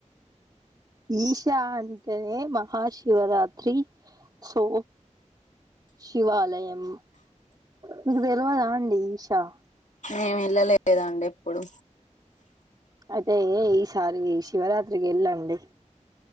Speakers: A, on the right; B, on the left.
A: ఈశా అంటనే మహాశివరాత్రి సో శివాలయం మీకు తెలివదా అండి ఈషా
B: మేము వెళ్ళలేదండి ఎప్పుడు
A: అయితే ఈసారి శివరాత్రికి వెళ్ళండి